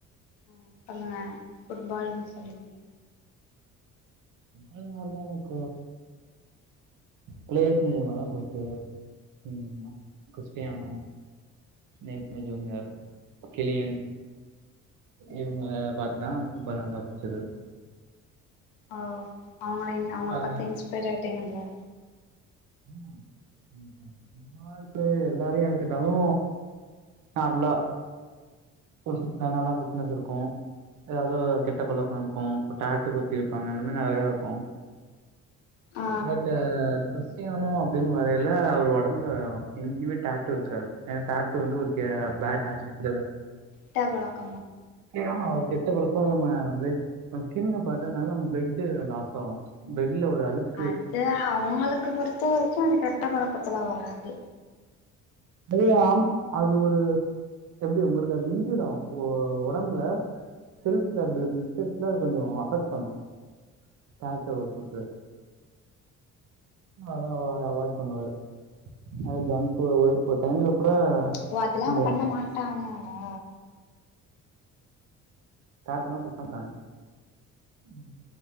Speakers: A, on the left (about 65°); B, on the right (about 45°).
A: ஆ பண்ணுங்க ஃபுட்பால்ன்னு சொல்லிருந்தி
B: <inaudible> ப்ளேயர்ஸ் முலிமா தா பெருசு ம் கிஸ்டியானோ <inaudible> ஜூனியர் கிளியன் இவங்கள பாத்துதா ஃபுட்பால் நல்லா புடிச்சிது
A: அ அவுங்களை இன் அவுங்கள
B: அதுல
A: பாத்து தா இன்ஸ்பைர் ஆகிட்டிங்கா இல்ல
B: <inaudible> ஃபுட்பால் பிளேயர் எல்லாரையு எடுத்துட்டாலு நார்முல <unintelligible> நல்லா ஃபிட்னஸ்ருக்கு ஏதாவுது ஓ கெட்ட பழக்கோருக்கு இப்ப டாட்டூ குத்திருப்பாங்க அந்த மாரி நெறையாருக்கு
A: ஆ
B: பட் அ கிறிஸ்டியானோ அப்டின்னு வரையில அவ்ரு ஒடம்புல எங்கியுமே டாட்டூருக்காது ஏன டாட்டூ வந்து ஒரு கே பேட் ஹாபிட் கடையாது
A: ட்ட பழக்க
B: ஏ ஆமா அது கெட்ட பழக்கோ நம்ம பிளட் அ ஸ்கின்ல படுறனால நம்ம பிளட்டு லாஸ் ஆவு பிளட்ல ஒரு அழுக்
A: அது அவுங்களுக்கு பொறுத்த வரைக்கு அது கெட்ட பழக்கத்துல வராது
B: அது ஆம் அது ஒரு எப்டி உங்களுக்கு அது இன்ஜூர் ஆவு ஓ ஒடம்புல செல்ஸ்ல அது பிள பிளட் செல்ஸ் அது கொஞ்சோ அபெக்ட் பண்ணு டாட்டூ அவ்ரு குத்து அதா அவ அவாய்ட் பண்ணுவாரு <unintelligible> ஸோ ஒரு டைம்ல கூட
A: ஓ அதுல்லா
B: இந்த
A: அவுங்க பண்ண மாட்டாங்களா
B: டாட்டூ லா குத்த மாட்டாங்க ம்